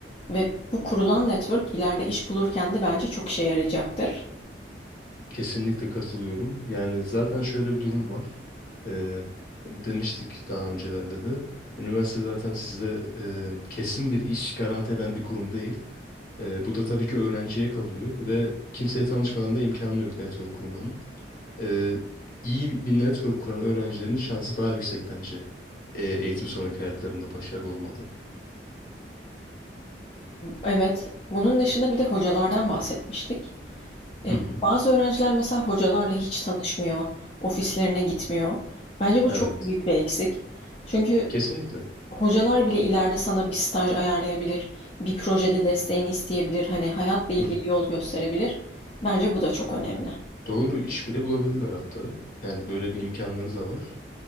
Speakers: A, on the left; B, on the left.
A: ve bu kurulan network ileride iş bulurken de bence çok işe yarayacaktır.
B: Kesinlikle katılıyorum. Yani zaten şöyle bir durum var. Ee, demiştik daha öncelerde de. Üniversite zaten size e, kesin bir iş garanti eden bir kurum değil. Ee, bu da tabii ki öğrenciye kalıyor ve kimseye tanışmadan da imkanı yok network kurmanın. Ee, iyi bir network kuran öğrencilerin şansı daha yüksek bence. Ee, eğitim sonraki hayatlarında başarılı olmada.
A: Evet, bunun dışında bir de hocalardan bahsetmiştik. E,
B: Hı hı.
A: bazı öğrenciler mesela hocalarla hiç tanışmıyor, ofislerine gitmiyor. Bence bu
B: Evet.
A: çok büyük bir eksik. Çünkü
B: Kesinlikle.
A: Hocalar bile ileride sana bir staj ayarlayabilir, bir projede desteğini isteyebilir, hani hayatla ilgili
B: Hı hı.
A: yol gösterebilir. Bence bu da çok önemli.
B: Doğru iş bile bulabilirler hatta. Yani böyle bir imkanları da var.